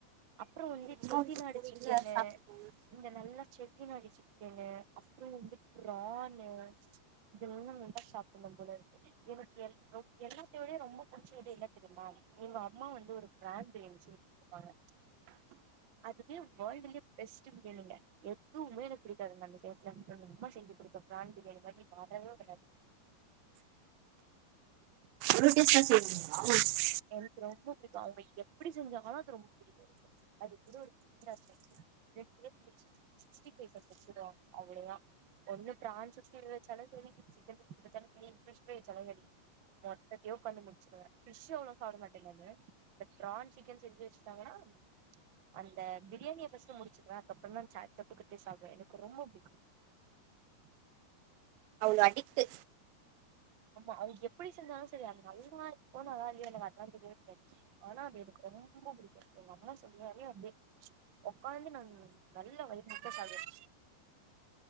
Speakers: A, on the right (about 45°); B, on the right (about 85°).
A: அ ப்றோ வந்து
B: அம்மா
A: செட்டிநாடு
B: வீட்டுக்கு போவீங்கல்ல
A: சிக்கனு
B: சாப்ட்டுக்கோங்க
A: இந்த நல்ல செ ட்டிநாடு சிக்கனு அப்றோ வந்து ப்ரான்னு இது இன்னும் நல்லா சாப்பட்ணு போலருக்கு எனக்கு எல் ஓ எல்லாத்தையு விட ரொம்ப புடிச்ச இது என்ன தெரிமா எங்க அம்மா வந்து ஒரு பிரான் பிரியாணி செஞ்சு குடுத்தாங்க அதுவே வேல்டுலே பெஸ்ட் பிரியாணிங்க எத்துமே எனக்கு புடிக்காதுங்க அந்த டேஸ்ட்லருந்து எங்க அம்மா செஞ் குடுத்த ப்ரான் பிரியாணி மாரி வரவே வராது
B: <unintelligible> செய்வீங்ளா
A: எனக்கு ரொம்ப புடிக்கு அவ்ங்க எப்டி செஞ்சாளு அது ரொம்ப புடிக்கு எனக்கு அது கூட <inaudible> <unintelligible> சிக்ஸ்டி பைவ் பண்ணி வச்சுருவாங் அவ்ளோ தா ஒன்னு பிரான் சிஸ்டி பைவ் வெச்சாலு செரி சிக்கன் சிஸ்டி பைவ் வெச்சாலு செரி பிஸ் பிரை வெச்சாலு ரெடி மொத்ததையு பண்ணி முடிச்சுருவே ஃபிஷ் அவ்ளவ் சாப்பிட மாட்டே நானு அந்த பிரான் சிக்கன் செஞ்சு வெச்சிட்டாங்கன்னா அந்த பிரியாணிய பஸ்டு வ புடிச்சிக்குறே அதுக்கப்றந்தா சேட் தொட்டுகிட்டே சாப்டுவே எனக்கு ரொம்ப புடிக்கு
B: அவ்ளோ அடிக்ட்டு
A: ஆமா அவ்ங்க எப்டி செஞ்சாலு செரி அது நல்லா இருக்குக்கோ நல்லால்லையோ எனக்கு அதெல்லா தெரியாவே தெரியாது ஆனா அது எனக்கு ரொம் ரொம்ப பிடிக்கு எங்கம்மா செஞ்சாலே அப்டியே ஒக்காந்து நாங் நல்லா வயிர்முட்ட சாப்டுவே